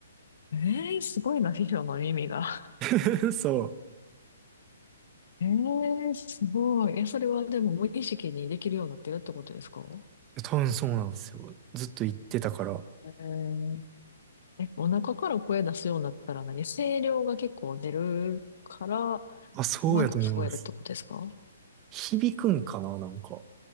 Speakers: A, on the left; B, on the right.
A: ええすごいな、秘書の耳が。
B: <laughs> そ
A: <laughs> ええすごい。え、それはでも無意識にできるようになってるってことですか
B: う。多分そうなんですよ。ずっと言ってたから。
A: えー、え、お腹から声出すようになったら何声量が結構出るから、
B: あ、そうやと思います。
A: うまく聞こえるってことですか
B: 響くんかな、なんか。